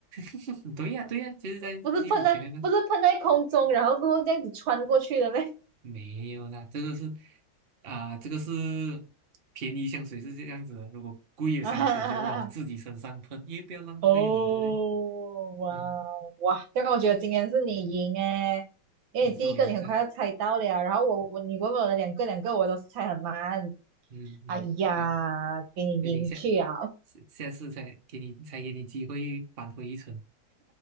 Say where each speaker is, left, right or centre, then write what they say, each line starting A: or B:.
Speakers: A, on the right; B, on the right.
A: <laughs> 对呀、对呀、就是在镜子前面喷。
B: 不是喷在，不是喷在空中，
A: <laughs>
B: 然后过后这样子穿过去的咩？
A: 没有啦，这个是啊、这个是便宜香水是这样子的，如果贵的香水就要往自己身上喷，
B: <laughs> 啊，
A: 因为不要浪费嘛，
B: 哦，
A: 对不对？
B: 哇
A: 嗯，
B: 哇，这个我觉得今天是你赢诶，因为第一个你很快要猜到了，
A: 也是我赢噻，
B: 然后我我你问我的两个两个我都是猜很慢，
A: 嗯嗯，
B: 哎呀，
A: 这样，
B: 给你赢去啊
A: 毕竟下下下次才给你才给你机会扳回一城。